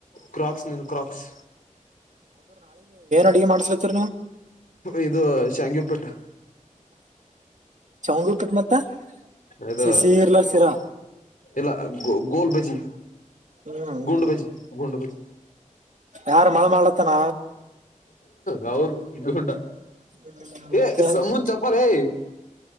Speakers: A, on the left; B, on the right.
A: ಕ್ರಾಕ್ಸ್ ನನು ಕ್ರಾಕ್ಸ್
B: ಅಡುಗೆ ಮಾಡ್ತ್ರ್ನು
A: ಇದು ಶಾಂಗಿಪೇಟ್ಟ
B: ಚವಂಗಿ ಉಪ್ಪಿಟ್ ಮತ್ತ
A: ಇದು
B: ಸಿಹಿ ಇರ್ಲ ಸಿರಾ
A: ಇಲ್ಲ ಗ ಗೋಲ್ ಬಜಿ
B: ಹ್ಮ್
A: ಗುಂಡ ಬಜಿ ಗುಂಡಬಜಿ
B: ಯಾರ ಮಳೆ ಮಾಡ್ಲತ್ತನ
A: ಹೌದುಟ
B: ಹ್ಮ್
A: ಏ
B: ಮತ್ತೆ
A: ಸಮಮ್ಮುನ್ ಚಪ್ಪಲ್ ಏ